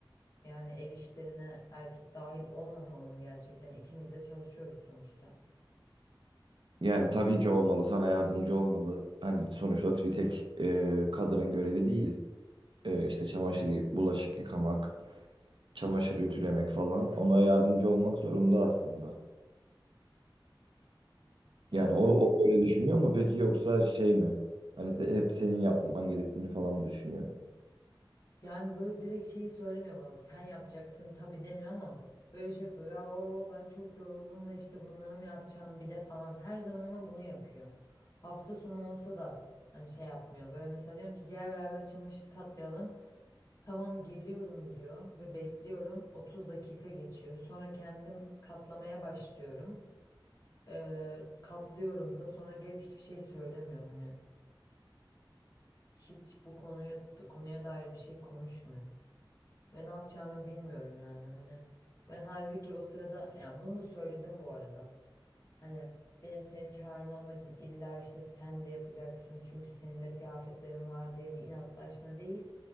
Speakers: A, on the left; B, on the right.
A: Yani ev işlerine erkek dahil olmamalı mı gerçekten? İkimiz de çalışıyoruz sonuçta.
B: Yani tabii ki olmalı, sana yardımcı olmalı. Hani sonuçta bir tek e, kadının görevi değil. E, işte çamaşır, yı- bulaşık yıkamak, çamaşır ütülemek falan. Ona yardımcı olmak zorunda aslında.
A: Yani
B: Yani o, o böyle düşünüyor mu peki yoksa şey mi? Hani de- hep senin yapman gerektiğini falan mı düşünüyor?
A: Yani böyle direkt şeyi söylemiyor bana. Sen yapacaksın tabii demiyor ama böyle şey yapıyor. Ya o ben çok yoruldum da işte bunları mı yapacağım bir de falan. Her zaman ama bunu yapıyor. Hafta sonu olsa da hani şey yapmıyor. Böyle mesela diyorum ki gel beraber çamaşır katlayalım. Tamam geliyorum diyor ve bekliyorum. 30 dakika geçiyor. Sonra kendim katlamaya başlıyorum. Ee, katlıyorum da sonra gelip hiçbir şey söylemiyor. Hani hiç bu konuya konuya dair bir şey konuşmuyor ve ne yapacağımı bilmiyorum yani hani ben halbuki o sırada ya bunu da söyledim bu arada hani benim seni çağırma amacım illa işte sen de yapacaksın çünkü senin de kıyafetlerin var diye bir inatlaşma değil